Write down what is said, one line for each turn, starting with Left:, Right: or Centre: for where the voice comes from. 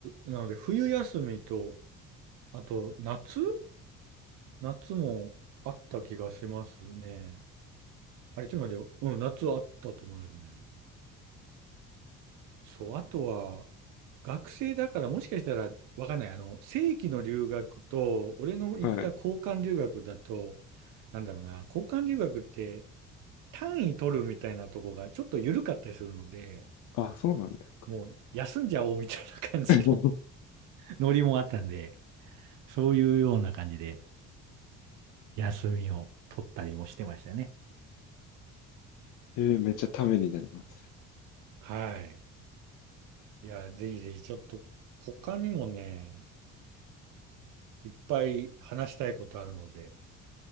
Right: なので、冬休みと、あと夏、夏もあった気がしますね。あれ、ちょっと待ってよ。うん、夏あったと思うんですよね。そう、あとは、学生だからもしかしたらわかんない。あの、正規の留学と、俺の行った交換留学だと、
Left: はい。
Right: なんだろうな、交換留学って単位取るみたいなとこがちょっと緩かったりするので、
Left: あ、そうなんですか。
Right: もう休んじゃおうみたいな感じの
Left: <laughs>
Right: <laughs> ノリもあったんで、そういうような感じで休みを取ったりもしてましたね。
Left: えーめっちゃためになります。
Right: はい。いや、ぜひぜひちょっと他にもね、いっぱい話したいことあるので、